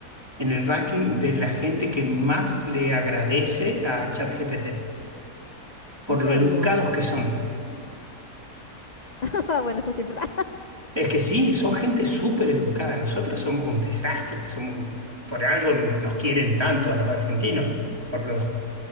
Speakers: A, on the right; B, on the left.
A: en el ranking de la gente que más le agradece a ChatGPT por
B: ¿En serio?
A: lo educados que son.
B: <laughs> Bueno, eso sí es verdad.
A: Es que sí, son gente súper educada. Nosotros somos un desastre, somos un- por algo nos quieren tanto a los argentinos, por lo